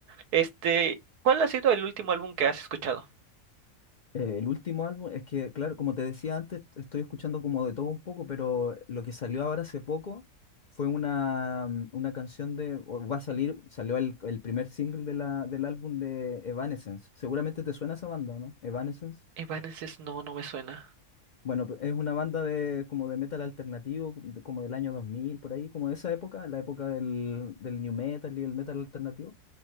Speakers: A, on the right; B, on the left.
A: este, ¿cuál ha sido el último álbum que has escuchado?
B: Eh, el último álbum, es que, claro, como te decía antes, estoy escuchando como de todo un poco, pero lo que salió ahora hace poco fue una, mm, una canción de, o va a salir, salió el, el primer single de la, del álbum de Evanescence. Seguramente te suena esa banda, ¿o ¿no? Evanescence.
A: Evanescence, no, no me suena,
B: Bueno, pe- es una banda de, como de metal alternativo, de- como del año 2000 por ahí, como de esa época, la época del, del new metal y el metal alternativo.